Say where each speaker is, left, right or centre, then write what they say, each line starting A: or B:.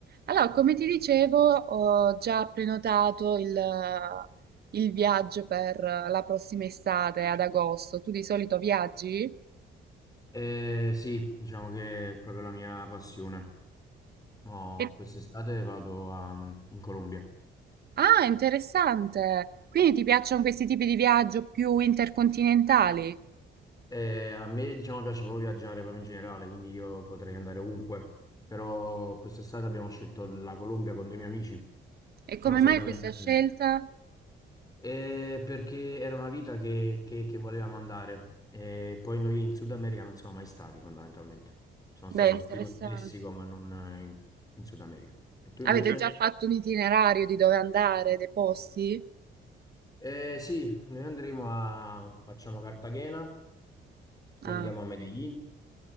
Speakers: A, on the right; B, on the left.
A: Allora, come ti dicevo, ho già prenotato il, il viaggio per la prossima estate, ad agosto. Tu di solito viaggi?
B: Eh, sì, diciamo che è proprio la mia passione. No,
A: Che-
B: quest'estate vado a- mm, in Colombia.
A: Ah, interessante. Quindi ti piacciono questi tipi di viaggio più intercontinentali?
B: E a me, diciamo, piace proprio viaggiare proprio in generale, quindi io potrei andare ovunque. Però quest'estate abbiamo scelto la Colombia con due miei amici.
A: E come
B: Però solitamente
A: mai questa scelta?
B: cioè, Eh, perché era una vita che, che- che volevamo andare. E poi noi in Sud America non siamo mai stati, fondamentalmente. Sono
A: Beh,
B: stato
A: interessante.
B: tipo in Messico, ma non eh, in in Sud America. E tu invece?
A: Avete già fatto un itinerario di dove andare, dei posti?
B: Eh, sì, noi andremo a... facciamo Cartagena, poi
A: Ah.
B: andiamo a Medellin